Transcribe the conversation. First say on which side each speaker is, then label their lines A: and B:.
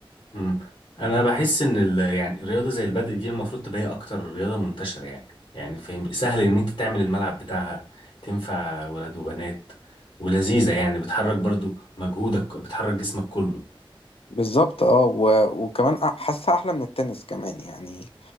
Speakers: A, on the left; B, on the left.
A: مم. انا بحس ان ال... يعني الرياضة زي البادل دي المفروض تبقى هي اكتر رياضة منتشرة يعني يعني فاهم سهل ان انت تعمل الملعب بتاعها تنفع ولاد وبنات ولذيذة يعني بتحرك برضو مجهودك بتحرك جسمك كله
B: بالظبط اه و... وكمان أ- حاسها احلى من التنس كمان يعني